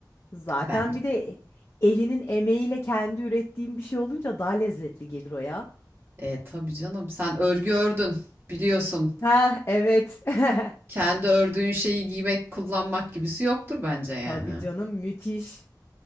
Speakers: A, on the left (about 35°); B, on the right (about 35°).
A: Zaten
B: bence.
A: bir de elinin emeğiyle kendi ürettiğim bir şey olunca daha lezzetli gelir o ya.
B: E tabii canım sen örgü ördün biliyorsun.
A: Ha evet. <laughs>
B: Kendi ördüğün şeyi giymek, kullanmak gibisi yoktur bence yani.
A: Tabii canım müthiş.